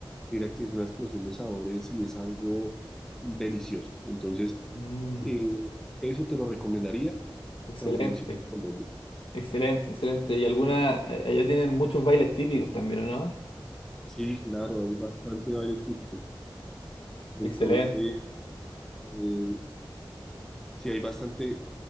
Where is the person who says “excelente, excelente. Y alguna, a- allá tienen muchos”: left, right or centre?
Left